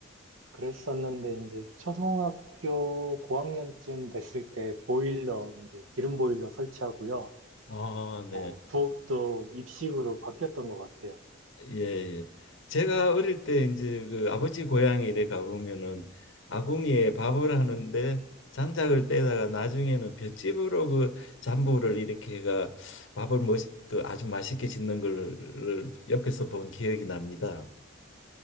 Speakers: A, on the right; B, on the left.
A: 그랬었는데 이제 초등학교 고학년쯤 됐을 때 보일러 이제 기름 보일러 설치하고요.
B: 아, 네,
A: 어, 부엌도 입식으로 바뀌었던 것 같아요.
B: 예, 예. 제가 어릴 때 이제 그 아버지 고향에 이래 가보면은 아궁이에 밥을 하는데 장작을 떼다가 나중에는 볏짚으로 그 잔부를 이렇게 해가 밥을 멋, 그 아주 맛있게 짓는 걸 옆에서 본 기억이 납니다.